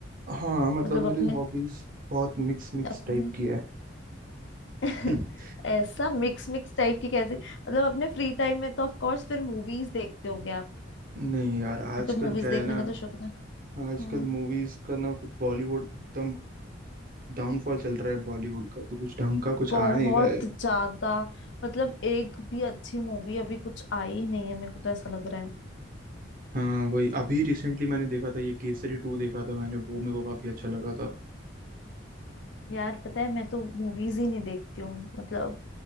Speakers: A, on the right; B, on the left.
A: हाँ मतलब
B: मतलब
A: मेरी
B: अपने
A: हॉबीज बहुत मिक्स मिक्स
B: अपने
A: टाइप की है
B: <laughs>
A: <laughs>
B: ऐसा मिक्स मिक्स टाइप की कैसी मतलब अपने फ्री टाइम में तो ऑफ कोर्स फिर मूवीज देखते होगे आप
A: नहीं यार आजकल
B: अगर मूवीज
A: क्या
B: देखने
A: है ना
B: का तो शौक है तो-
A: आजकल
B: हम्म
A: मूवीज का ना कुछ बॉलीवुड एकदम डाउनफॉल चल रहा है बॉलीवुड का तो कुछ ढंग का कुछ
B: बहुत
A: आ नहीं रहा है
B: ज्यादा मतलब एक भी अच्छी मूवी अभी कुछ आई ही नहीं है मेरे को तो ऐसा लग रहा है
A: हाँ वही अभी रिसेंटली मैंने देखा था ये केसरी टू देखा था मैंने वो मेरे को काफी अच्छा लगा था
B: यार पता है मैं तो मूवीज ही नहीं देखती हूँ मतलब